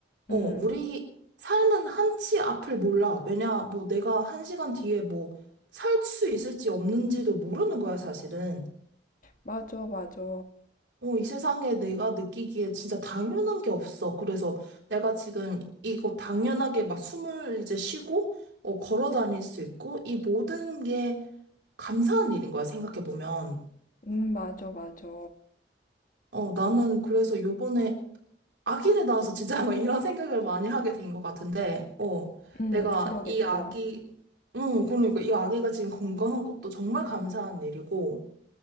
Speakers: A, on the right (about 80°); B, on the left (about 50°).
A: 어,
B: 음,
A: 우리 삶은 한치 앞을 몰라. 왜냐, 뭐 내가 한 시간 뒤에 뭐 살 수 있을지 없는지도 모르는 거야, 사실은.
B: 맞아, 맞아.
A: 어, 이 세상에 내가 느끼기에 진짜 당연한 게 없어. 그래서 내가 지금 이거 당연하게 막 숨을 이제 쉬고, 어, 걸어 다닐 수 있고, 이 모든 게 감사한 일인 거야, 생각해보면.
B: 음, 맞아, 맞아.
A: 어, 나는 그래서 요번에 아기를 낳아서 진짜 <laughs> 막 이런 생각을 많이 하게 된 것 같은데, 어,
B: 음,
A: 내가
B: 그러겠다.
A: 이 아기, 응, 그러니까 이 아기가 지금 건강한 것도 정말 감사한 일이고,